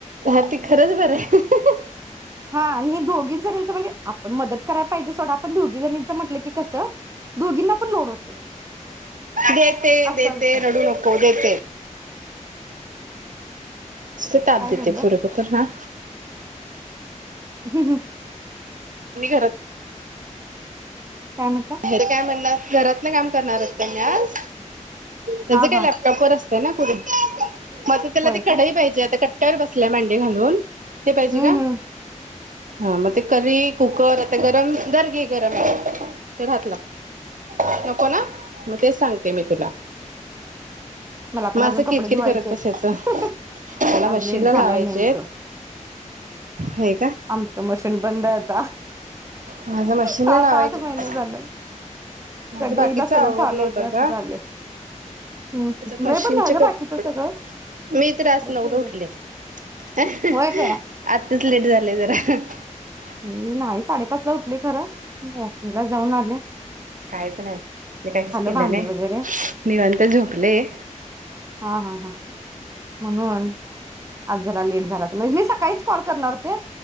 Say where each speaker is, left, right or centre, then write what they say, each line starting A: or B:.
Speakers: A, on the right; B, on the right.
A: हा ती खरंच बरं आहे हहह!
B: हा नी दोघी जणीचं म्हणजे आप पण मदत करायला पाहिजे सोडा पण दोघी जणीचं म्हटलं की कसं, दोघींना पण लोड होतंय
A: देते,
B: असा
A: देते
B: विषय आहे.
A: रडू नको देते. नुसते ताप
B: काय
A: देतय
B: झालं?
A: पोरगं तर ना.
B: हम हम.
A: मी घरात
B: काय म्हटला?
A: हेेत काय म्हणणार? घरातल काम करणार होते मी आज त्याच
B: हा
A: काय
B: हा
A: लॅपटॉप वर असत <unintelligible> म तर त्याला
B: होय
A: ती कडई
B: काय?
A: पाहिजे आता काय तर बसल्या मांडी घालून हे पाहिजे
B: हम्म
A: का?
B: हम्म
A: हा मग ते करइ कुक्कर आता गरम दर घे गरम आहे. तेला हात लाव. नको ना? मग तेच सांगते मी तुला
B: मला
A: मग
B: पण अजून
A: असं
B: कपडे
A: किरकिर
B: धुवायचे
A: करत
B: आहेत,
A: बसायचं
B: हहह
A: मला मशीनला
B: आज लेट झालाय
A: लावायचे
B: नेमकं.
A: हे
B: आमचं मशीन बंद <unintelligible>
A: माझ मशीनला
B: सात
A: लावायचं
B: आठ महिने झालं.
A: माझ
B: कधी
A: बाकीच
B: एकदा सगळं
A: आवरलंय
B: चालू होतंय
A: बघा
B: असं झालंय. हम्म हम्म.
A: मशीनचे
B: नाही पण झालं
A: कपडे
B: बाकीचं सगळं.
A: मी तर
B: कपडे
A: आज नवला
B: पिवळे
A: उठले. हहह
B: होय काय
A: आताच लेट झालं <unintelligible> जरा
B: मी नाही साडेपाचला उठले खरं! वॉकिंगला जाऊन आलेय.
A: काहीच नाही मी काहीच केलं
B: भांडी
A: नाही
B: वगैरे
A: निवांत झोपलेय
B: हा हा म्हणून आज जरा लेट झाला त म्हणजे मी सकाळीच कॉल करणार होते